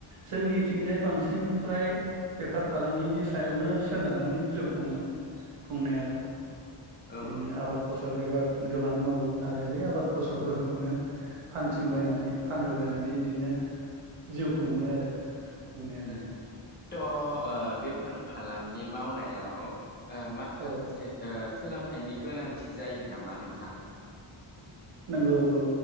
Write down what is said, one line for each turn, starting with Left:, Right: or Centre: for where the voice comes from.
Right: जोंनिथिंजाय बांसिन फ्राय बेफार फालांगिनि सायावनो सोनारनानै जिउ खुङो। खुंनायालाय
Left: औ
Right: बिदिनो आबाद फसल गोबा गोबां मावो आरो बे आबाद फसलफोरखौनो फानथिं बायनानै फानबायबायनानै बिदिनो जिउ खुङो आरो। खुंनायालाय
Left: उम थ' ओ बेफार फालांगि मावनायाव ओ माखासे
Right: औ
Left: ओ सोलोंथाइनि गोनांथि जायो नामा नोंथां?
Right: नंगौ औ